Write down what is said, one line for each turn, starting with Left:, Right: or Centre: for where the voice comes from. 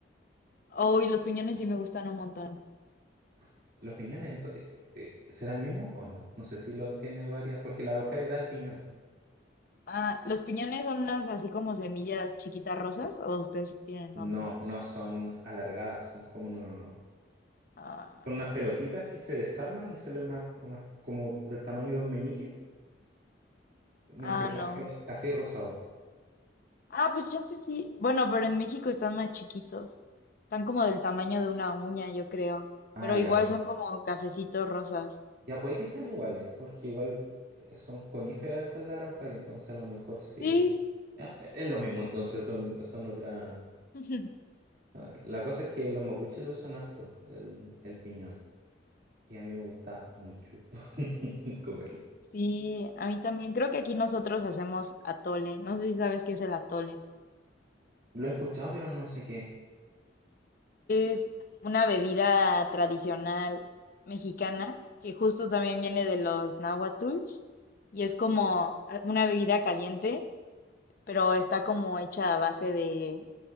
Left: Oh, y los piñones sí me gustan un montón.
Right: S- Los piñones, ento- eh, eh, ¿será el mismo o no? No sé si los tiene varias, porque la araucaria da el piñón.
Left: Ah, ¿los piñones son unas así como semillas chiquitas rosas o ustedes tienen
Right: No,
Left: otro?
Right: no son alargadas, son como una,
Left: Ah,
Right: son unas pelotitas que se desarman y salen unas, unas como del tamaño de un meñique, entre
Left: ah,
Right: café,
Left: no.
Right: café y rosado.
Left: Ah, pues chance sí. Bueno, pero en México están más chiquitos. Están como del tamaño de una uña, yo creo.
Right: Ah,
Left: Pero
Right: ya
Left: igual
Right: no.
Left: son como cafecitos rosas.
Right: Ya puede que sean iguales, porque igual eh, son coníferas estas la araucaria, entonces a lo mejor sí
Left: Sí.
Right: es... Ah, es lo mismo, entonces son, son otras...
Left: <laughs>
Right: ah, La cosa es que los mapuches lo usan harto, el, el piñón, y a mí me gusta mucho <laughs> comerlo.
Left: Sí, a mí también. Creo que aquí nosotros hacemos atole. No sé si sabes qué es el atole.
Right: Lo he escuchado, pero no sé qué.
Left: Es una bebida tradicional mexicana que justo también viene de los náhuatls y es como ah, una bebida caliente, pero está como hecha a base de